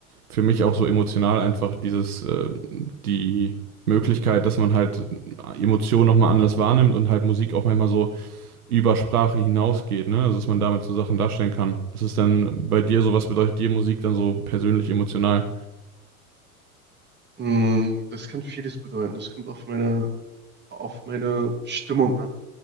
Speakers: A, on the right; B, on the right.
A: für mich auch so emotional einfach dieses, äh, die Möglichkeit, dass man halt Emotionen nochmal anders wahrnimmt und halt Musik auch manchmal so über Sprache hinausgeht, ne? Also, dass man damit so Sachen darstellen kann. Was ist denn bei dir so, was bedeutet dir Musik dann so persönlich emotional?
B: Mm, Das kann vieles bedeuten. Das kommt auf meine, auf meine Stimmung an.